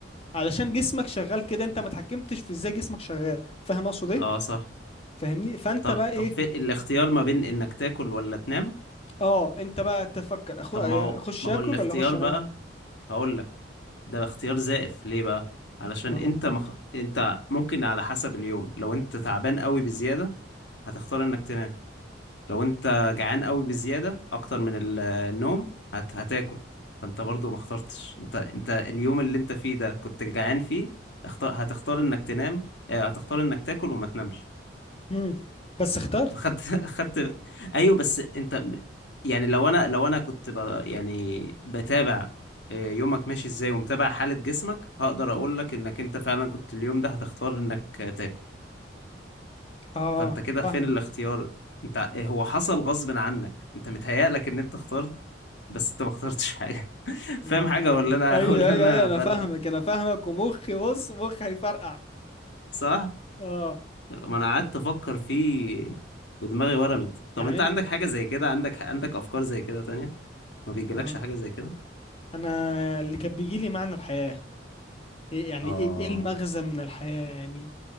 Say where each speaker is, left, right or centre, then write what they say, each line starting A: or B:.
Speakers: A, on the left (about 30°); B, on the left (about 70°).
A: علشان جسمك شغال كده انت ما اتحكمتش في ازاي جسمك شغال فاهم اقصد ايه
B: اه صح
A: فاهمني فانت
B: طب
A: بقى ايه
B: طب في الاختيار ما بين انك تاكل ولا تنام
A: اه انت بقى تفكر أخو...
B: طب
A: اخش
B: ما هو ما
A: اكل
B: هو الاختيار
A: ولا اخش انا
B: بقى هقول لك ده اختيار زائف ليه بقى علشان
A: اه
B: انت مخ... انت ممكن على حسب اليوم لو انت تعبان قوي بزيادة هتختار انك تنام لو انت جعان قوي بزيادة اكتر من ال- النوم هت... هتاكل فانت برضو ما اخترتش انت انت اليوم اللي انت فيه ده كنت جعان فيه اختار هتختار انك تنام اه هتختار انك تاكل وما تنامش
A: مم. بس اخترت
B: فخدت <laughs> خدت ايوه بس انت م- يعني لو انا لو انا كنت ب... يعني بتابع آه، يومك ماشي ازاي ومتابع حالة جسمك هقدر اقول لك انك انت فعلا كنت اليوم ده هتختار انك آه، تاكل
A: اه
B: فانت كده فين
A: فاهم
B: الاختيار انت آه، هو حصل غصب عنك انت متهيألك ان انت اخترت بس انت ما اخترتش حاجة <laughs> فاهم
A: آه.
B: حاجة ولا
A: ايوه
B: انا ولا
A: ايوه
B: انا
A: ايوه انا
B: برغي
A: فاهمك انا فاهمك ومخي بص مخي هيفرقع
B: صح
A: اه
B: ما انا قعدت افكر فيه ودماغي ورمت طب
A: يعني
B: انت
A: انت
B: عندك حاجة زي كده عندك عندك افكار زي كده تانية ما بيجيلكش
A: آه.
B: حاجة زي كده
A: انا اللي كان بيجي لي معنى الحياة إيه يعني
B: آه
A: ايه ايه المغزى من الحياة يعني